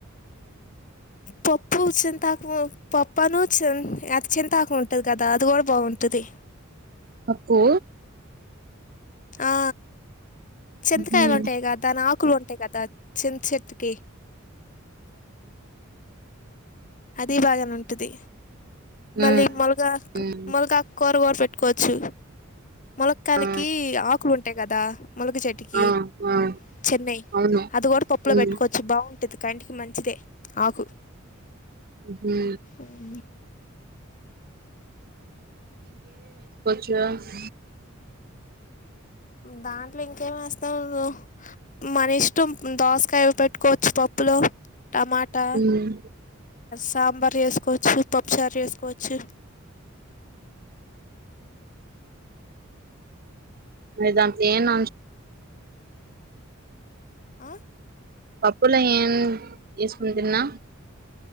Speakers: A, on the left; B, on the right.
A: పప్పు చింతాకు పప్పును చింతాకు ఉంటది కదా అది కూడా బాగుంటది
B: పప్పు
A: ఆ చింతకాయలు
B: హ్మ్
A: ఉంటాయి కద దాని ఆకు కుల్ ఉంటాయి కదా చింత చెట్టుకి అది బాగానే ఉంటది
B: హ్మ్
A: మళ్ళీ ములగా
B: హ్మ్
A: ములగా కూరగోర పెట్టుకోవచ్చు ముొలక్కయలకి
B: ఆ
A: ఆకులు ఉంటాయి కదా మలగ చెట్టుకి
B: ఆ ఆ
A: చెన్నై
B: అవును
A: అది కూడా పప్పులో
B: హ్మ్
A: పెట్టుకోవచ్చు బాగుంటుది కంటికి మంచిదే ఆకు
B: హ
A: ఉమ్,
B: ఎస్
A: దాంట్లో ఇంకేం వస్తావు ను్వు మన ఇష్టం దోసకాయవి పెట్టుకోవచ్చు పప్పులో టమాటా
B: హ్మ్
A: సాంబార్ వేసుకోవచ్చు పప్పుచారు వేసుకోవచ్చు
B: అదాంత చేయన్
A: ఆ
B: పప్పులో ఏం వేసుకుని తిన్నా